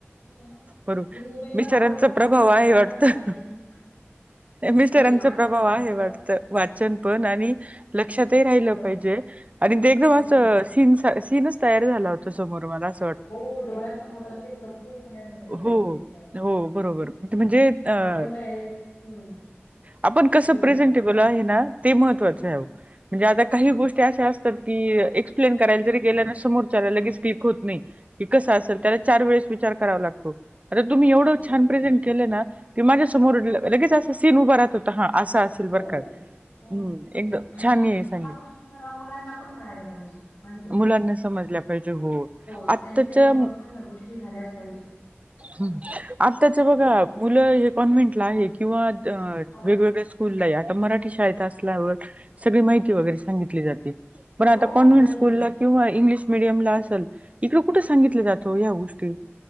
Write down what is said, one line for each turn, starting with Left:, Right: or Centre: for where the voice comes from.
Left: मग
Right: वरून
Left: आणि मोबाईलचा
Right: बिचाऱ्यांचं
Left: वापर पण कुठे
Right: हो
Left: ना
Right: आहे
Left: तरी चांगला
Right: वाटतं.
Left: झाला पाहिजे.
Right: मिस्टरांच
Left: नाही वाचन
Right: प्रभाव
Left: पण
Right: आहे
Left: असतं
Right: वाटत. वाचन पण आणि लक्षातही राहिलं
Left: अ
Right: पाहिजे आणि ते एकदम
Left: हो
Right: अस सीन् सीनच तयार झाला होता समोरून असा.
Left: हो डोळ्यासमोर लगेच तसंच तयार होत बरोबर
Right: हो
Left: एकदम.
Right: हो बरोबर
Left: हम्
Right: म्हणजे अ
Left: आपण काय हम्म,
Right: आपण कसं
Left: बोला
Right: प्रेझेंटेबल
Left: बोला.
Right: आहे आहे ना, ते महत्वाचं आहे
Left: हम्म
Right: ओ म्हणजे आता काही
Left: हम्म
Right: गोष्टी. त्या अशा असतात की ऐक्सप्लेन करायला जरी गेलना तरी समोरच्याला लगेच क्लीक होत नाही. की कसं असेल
Left: हम्म
Right: त्याला चार वेळेस विचार करावा लागतो. आता तुम्ही एवढं
Left: हो
Right: छान प्रेझेंट केलं ना की माझ्या समोर लगेच असं सीन उभा राहतो. हा असं असेल
Left: हो.
Right: बरका
Left: हो
Right: हम्म
Left: ना.
Right: एकद
Left: आणि
Right: छान आहे
Left: ह्या
Right: संगीत.
Left: गोष्टी खरा मुलांना पण कळायला पाहिजे माहितीय का?
Right: मुलांना समजल्या पाहिजे हो
Left: त्यांच्या
Right: आत्ताच्या
Left: समोर पण ह्या गोष्टी झाल्याच पाहिजे.
Right: ह आताच्या बघा
Left: हम्म.
Right: मुलं हे कॉन्व्हेंटला आहे किंवा वेगवेगळ्या
Left: हो
Right: स्कूलला आहे आता मराठी शाळेत असं लावत सगळी माहिती वगैरे सांगितली जाते पण आता
Left: हो
Right: कॉन्व्हेंट
Left: खरंय
Right: स्कुलला
Left: हे
Right: किंवा इंग्लिश मिडियम ला असल इकड कुठे सांगितलं जातो ह्या गोष्टी?